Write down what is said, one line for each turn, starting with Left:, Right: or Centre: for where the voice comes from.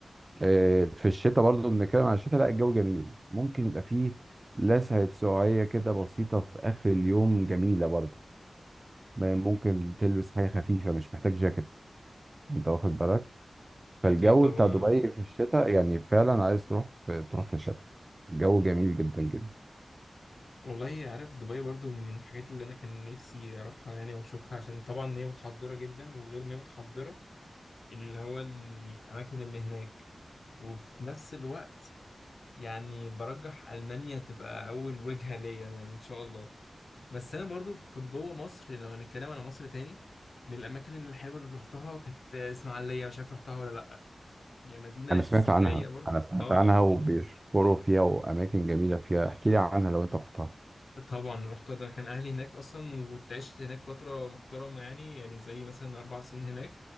Right: آه، في الشتاء برضو بنتكلم عن الشتاء لا الجو جميل ممكن يبقى فيه لسعة سقعية كده بسيطة في آخر اليوم جميلة برضو ما ممكن تلبس حاجة خفيفة مش محتاج جاكيت انت واخد بالك
Left: أكيد
Right: فالجو
Left: طبعا
Right: بتاع دبي في الشتاء يعني فعلا عايز تروح في تروح في الشتاء الجو جميل جدا جدا
Left: والله عارف دبي برضو من الحاجات اللي أنا كان نفسي أروحها يعني وأشوفها عشان طبعا هي متحضرة جدا وغير إن هي متحضرة اللي هو الأماكن اللي هناك وفي نفس الوقت يعني برجح ألمانيا تبقى أول وجهة ليا يعني إن شاء الله بس انا برضو في جوه مصر يعني لو هنتكلم على مصر تاني من الاماكن اللي الحلوه اللي رحتها كانت اسماعيليه مش عارف رحتها ولا لا هي مدينه
Right: انا سمعت
Left: ساحليه
Right: عنها
Left: برضو
Right: انا سمعت
Left: اه آه،
Right: عنها وبيشكروا فيها واماكن جميلة فيها احكي لي عنها لو انت رحتها
Left: آه. طبعا رحتها ده كان اهلي هناك اصلا وكنت عشت هناك فتره محترمه يعني يعني زي مثلا اربع سنين هناك